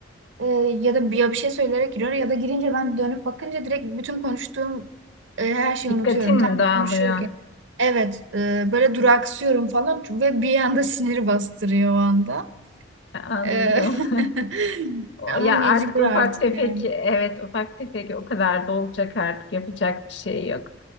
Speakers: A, on the right; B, on the left.
A: e, ya da bir- ya bir şey söyleyerek giriyor ya da girince ben dönüp bakınca direkt bütün konuştuğum e, her şeyi
B: Dikkatin
A: unutuyorum. Tam
B: mi dağılıyor?
A: konuşuyorken. Evet, e, böyle duraksıyorum falan ve bir anda siniri bastırıyor o anda.
B: Anladım.
A: E, <laughs>
B: <laughs> O-
A: ama
B: Ya
A: mecbur
B: artık ufak
A: artık
B: tefek,
A: yani.
B: evet ufak tefek o kadar da olacak artık yapacak bir şey yok.